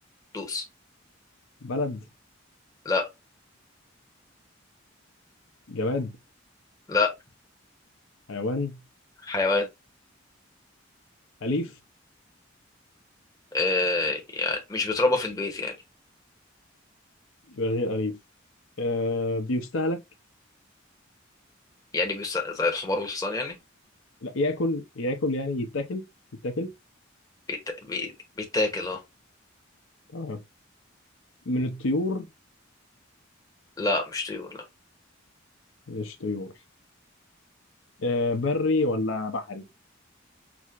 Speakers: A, on the left; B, on the left.
A: دوس
B: بلد
A: لا
B: جماد
A: لا
B: حيوان
A: حيوان
B: اليف
A: آه يعني مش بيتربى في البيت يعني
B: يبقى غير اليف آه بيستهلك
A: يعني بيس- زي الحمار والحصان يعني
B: لا ياكل ياكل يعني يتاكل يتاكل
A: بيت... بي- بيتاكل اه
B: تمام من الطيور
A: لا مش طيور لا
B: مش طيور آه بري ولا بحري